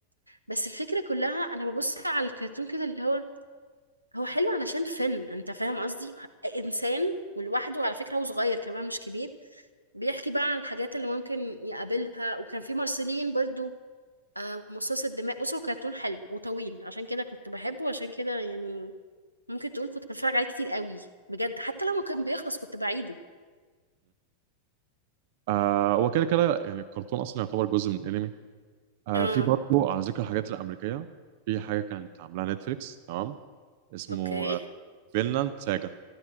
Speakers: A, on the right; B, on the right.
A: بس الفكرة كلها أنا ببص على الكرتون كده اللي هو هو حلو علشان فن أنت فاهم قصدي إنسان ولوحده على فكرة هو صغير كمان مش كبير بيحكي بقى عن الحاجات اللي ممكن يقابلها وكان في مارسيلين برضو آه، مصاص الدماء بص هو كرتون حلو وطويل عشان كده كنت بحبه عشان كده يعني ممكن تقول كنت بتفرج عليه كتير قوي بجد حتى لما كان بيخلص كنت بعيده
B: آه وكده كده يعني الكرتون اصلا يعتبر جزء من الانمي آه
A: اه
B: في برضه على ذكر الحاجات الامريكيه في حاجه كانت عاملاها نتفليكس تمام اسمه
A: اوكي
B: آه، فينلاند ساجا